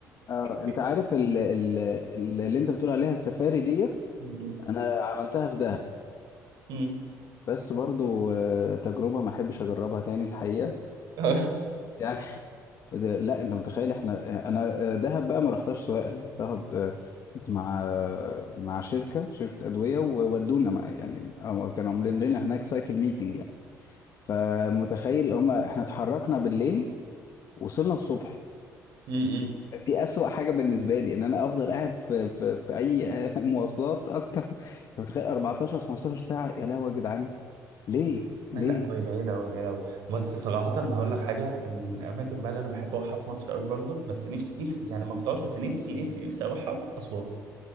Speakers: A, on the left; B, on the right.
A: اه
B: <laughs>
A: انت عارف ال ال ال- اللي انت بتقول عليها السفاري ديت
B: م-
A: انا عملتها في دهب
B: م- م.
A: بس برضو آه، تجربه ما احبش اجربها تاني الحقيقه
B: <laughs>
A: يعني <laughs> ده- لا انت متخيل احنا انا آه، دهب بقى ما رحتهاش سواء انا دهب آه، كنت مع آه، مع شركه شركه ادويه وودونا مع- يعني أو كانوا عاملين لنا هناك سايكل ميتنج يعني فمتخيل هما احنا اتحركنا بالليل وصلنا الصبح
B: م- م.
A: دي أسوأ حاجة بالنسبة لي إن أنا أفضل قاعد في في في أي <laughs> مواصلات أكتر أنت متخيل 14 15 ساعة يا لهوي يا جدعان ليه ليه؟
B: لا بي- بعيدة أوي بعيدة أوي بس صراحة هقول لك حاجة من الأماكن بقى اللي أنا بحب أروحها في مصر أوي برضه بس نفسي نفسي يعني ما رحتهاش بس نفسي نفسي نفسي أروحها أسوان